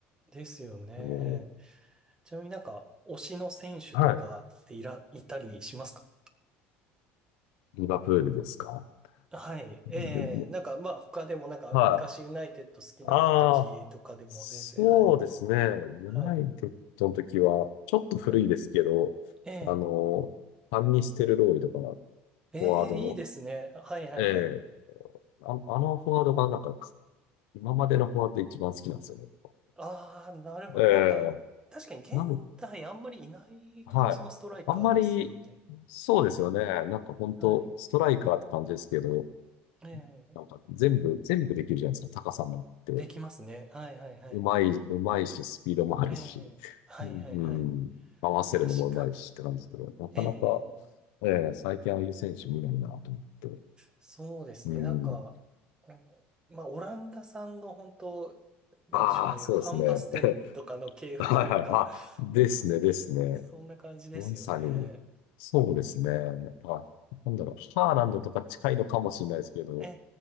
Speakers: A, on the right; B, on the left.
A: ですよね。
B: も
A: ちなみになんか、推しの選手とかっていら、
B: うはい。
A: いたりしますか
B: リバプールですか
A: はい。ええなんかまあ他でもなんか昔ユナイテッド好きになった時とかでも全然、
B: で、はい。ああ、そうですね。
A: はい。
B: ユナイテッドの時は、
A: はい。
B: ちょっと古いですけど、
A: はい。ええ
B: あの、ファンニステルローイとか、
A: ええいいですね。
B: フォワードの、
A: はいはいはい。
B: ええあ、あのフォワードがなんか、か今までのフォワードで一番好きなんですよね。
A: ああ、なるほど。
B: ええ
A: なんか、確かに現代あんまりいない感じのストライカーですよね。
B: なん、はい。あんまり、そうですよね。なんか本当ストライカーって感じですけど、
A: はい。ええ、
B: なんか全部、全部できるじゃないですか、高さもあって。
A: できますね。はいはいはい。
B: うまい、うまいし、スピードもあるし、
A: ええ、はいはいはい。
B: うん、合わせるのもうまいしって感じで、
A: 確かに。
B: なかなか、
A: ええ、
B: ええ最近ああいう選手見ないなと思って。
A: そうですね。
B: うん。
A: なんか、うんまあ、オランダさんの本当、なんでしょう、
B: ああ、
A: ああいうファンバステンとかの系譜というか、
B: そうですね。<laughs> はいはい。あ、ですね、
A: なんか、
B: ですね。
A: そんな感じですよね。
B: まさに、そうですね。あ、なんだろう。ハーランドとか近いのかもしれないですけど、
A: え